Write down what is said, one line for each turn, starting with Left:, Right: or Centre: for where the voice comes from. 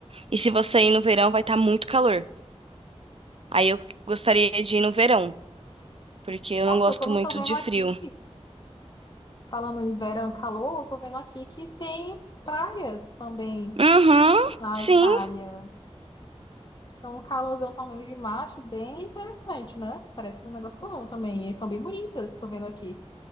Right: e se você ir no verão, vai estar muito calor. Aí eu gostaria de ir no verão, porque eu
Left: Nossa,
Right: não gosto
Left: eu também
Right: muito
Left: tô vendo
Right: de
Left: aqui,
Right: frio.
Left: falando em verão e calor, eu tô vendo aqui que tem praias também
Right: Uhum,
Left: na
Right: sim,
Left: Itália. Então, um calorzão também de macho, bem interessante, né? Parece um negócio comum também. E são bem bonitas, estou vendo aqui.